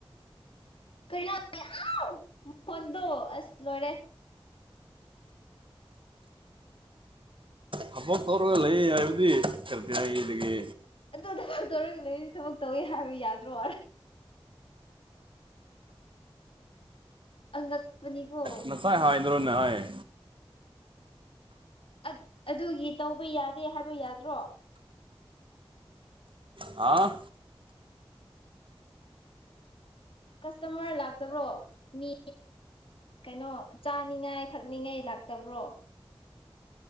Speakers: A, on the left (about 65°); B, on the right (about 60°).
A: ꯀꯩꯅꯣ ꯌꯥꯝ ꯃꯈꯣꯟꯗꯣ ꯑꯁ ꯂꯣꯏꯔꯦ꯫
B: ꯊꯕꯛ ꯇꯧꯔꯒ ꯂꯩ ꯍꯥꯏꯕꯗꯤ ꯀꯔꯤ ꯍꯥꯏꯗꯒꯤ
A: ꯑꯗꯨ ꯊꯕꯛ ꯇꯧꯔꯒ ꯂꯩꯔꯤ ꯊꯕꯛ ꯇꯧꯋꯤ ꯍꯥꯏꯕ ꯌꯥꯗ꯭ꯔꯣ ꯑꯉꯛꯄꯅꯤꯀꯣ
B: ꯉꯁꯥꯏ ꯑꯩ ꯍꯥꯏꯗ꯭ꯔꯣꯅꯦ ꯑꯩ
A: ꯑꯠ ꯑꯗꯨꯒꯤ ꯇꯧꯕ ꯌꯥꯗꯦ ꯍꯥꯏꯕ ꯌꯥꯗ꯭ꯔꯣ
B: ꯑꯥ
A: ꯀꯁꯇꯃꯔ ꯂꯥꯛꯇꯕ꯭ꯔꯣ ꯃꯤ ꯀꯩꯅꯣ ꯆꯥꯅꯤꯡꯉꯥꯏ ꯊꯛꯅꯤꯡꯉꯥꯏ ꯂꯥꯛꯇꯕ꯭ꯔꯣ?